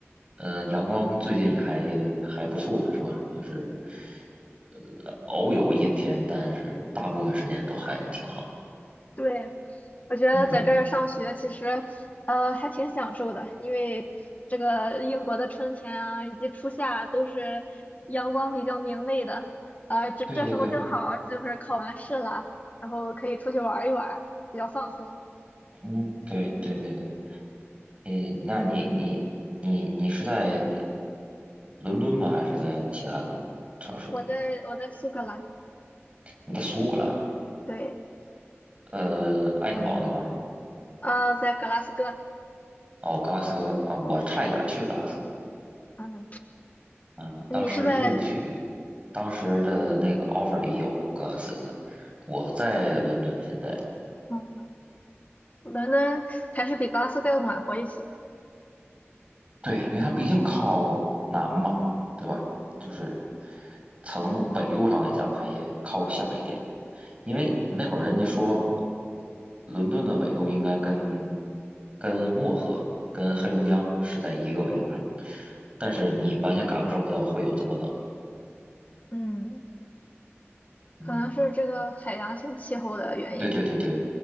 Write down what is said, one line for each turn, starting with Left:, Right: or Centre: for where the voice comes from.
Right: 呃，阳光最近也还还不错，是吧？就是，呃，偶有阴天，但是大部分时间都还挺好。
Left: 对，我觉得在这儿上学其实，
Right: 嗯，
Left: 呃，还挺享受的，因为这个英国的春天啊，以及初夏啊都是阳光比较明媚的，啊，这这时候正好儿就是考完试了，
Right: 对对对。
Left: 然后可以出去玩儿一玩儿比较放松。
Right: 嗯，对对对对，你那你你你你是在伦敦吗？还是在其他的城市？
Left: 我在我在苏格兰，
Right: 你在苏格兰啊？
Left: 对，
Right: 呃，爱丁堡那块儿是吗？
Left: 呃，在格拉斯哥，
Right: 哦，格拉斯哥啊，我差一点儿去格拉斯哥。
Left: 嗯，
Right: 嗯，
Left: 你是在
Right: 当时录取，当时的那个 offer 里有格拉斯哥。我在伦敦现在，
Left: 嗯伦敦，还是比格拉斯哥要暖和一些？
Right: 对，因为它毕竟靠南嘛，对吧？就是从纬度上来讲，它也靠下一点。因为那会儿人家说，伦敦的纬度应该跟跟漠河、跟黑龙江是在一个纬度上，但是你完全感受不到会有这么冷。
Left: 嗯，
Right: 嗯，
Left: 可能是这个海洋性气候的原因，
Right: 对对对对